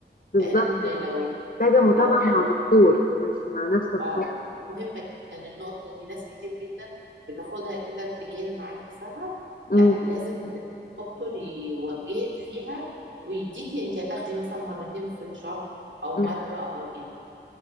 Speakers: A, on the left; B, on the right.
A: بالظبط
B: لان
A: يعني
B: لو
A: محتاجة متابعة
B: لو
A: مع
B: جرى
A: دكتور مش مع نفسك
B: اه
A: خالص يعني
B: مهمه جدا النقطه دي ناس كتير جدا بتاخدها كده ارتجال مع نفسها
A: م-
B: لا لازم الدكتور يوجهك فيها ويديكي انت هتاخدي مثلا مرتين في الشهر او
A: م.
B: مره او يعني